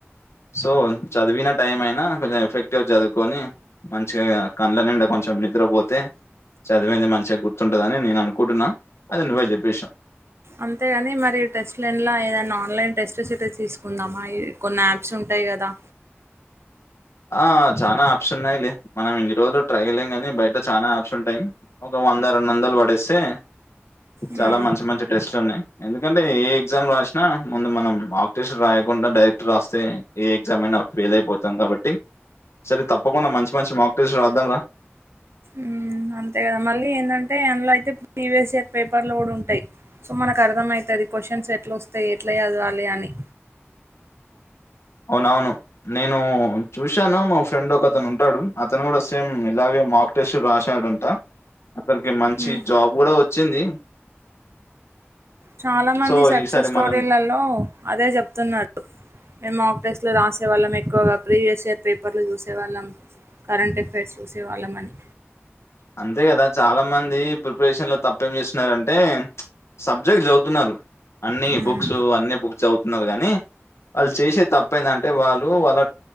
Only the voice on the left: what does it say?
సో చదివిన టైం అయినా కొంచెం ఎఫెక్టివ్ చదువుకొని మంచిగా కళ్ల నిండ కొంచెం నిద్రపోతే చదివంది మంచిగా గుర్తుంటదని నేను అనుకుంటున్నా అది నువ్వే చెప్పేసినావ్
ఆ చానా ఆప్షన్ ఉన్నాయి లె మనం ఇన్ని రోజులు ట్రైలేం కాని బయట చానా ఆప్స్ ఉంటాయి వంద రెండు వందలు పడేస్తే
చాలా మంచి మంచి టెస్ట్లు ఉన్నాయి ఎందుకంటే ఏ ఎగ్జామ్ రాసినా ముందు మనం ఆక్టీషన్ రాయకుండా డైరెక్ట్ రాస్తే ఏ ఎగ్జామ్ అయినా ఫెయిల్ అయిపోతాం కాబట్టి సరే తప్పకుండా మంచి మంచి మార్కటీస్ రాద్దాం రా
అవునవును నేను చూశాను మా ఫ్రెండ్ ఒక అతను ఉంటాడు అతను కూడా సేమ్ ఇలాగే మక్టేశ్వర్ రాసాడంట అతనికి మంచి
జాబ్ కూడా వచ్చింది
సో
ఈసారి
మనం
అంతే కదా చాలా మంది ప్రిపరేషన్ లో తప్పేం చేస్తున్నారంటే సబ్జెక్ట్ చదువుతున్నారు అన్ని
బుక్స్ అన్ని బుక్స్ చదువు న్నారు గానీ వాళ్ళు చేసే తప్ప ఏంటంటే వాళ్ళు వాళ్ళ